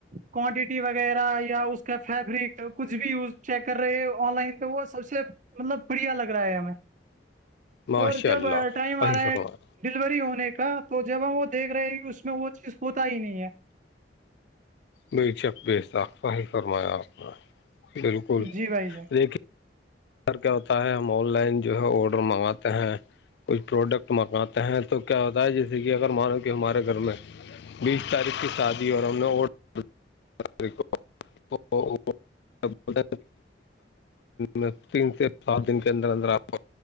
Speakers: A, on the right (about 45°); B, on the left (about 65°).
A: کوانٹیٹی وغیرہ یا اس کا فیبرک کچھ بھی یوز چیک کر رہے آن لائن پہ وہ سب سے مطلب پڑیا لگ رہا ہے ہمیں
B: ماشاء
A: اور جب
B: اللہ
A: ٹائم
B: صحیح
A: آ رہا
B: فرمایا
A: ہے ڈلیوری ہونے کا تو جب ہم وہ دیکھ رہے ہیں اس میں وہ چیز ہوتا ہی نہیں ہے
B: بے شک بےسختہ ہی فرمایا آپ نے بالکل
A: جی بھائی جان
B: دیکیکے سر کیا ہوتا ہے ہم آن لائن جو ہے آڈر منگاتے ہیں کچھ پروڈکٹ منگاتے ہیں تو کیا ہوتا ہے جیسے کہ اگر مانو کہ ہمارے گھر میں بیس تاریخ کی شادی اور ہم نے اوٹ <inaudible> د میں تین سے سات دن کے اندر اندر آپ <inaudible>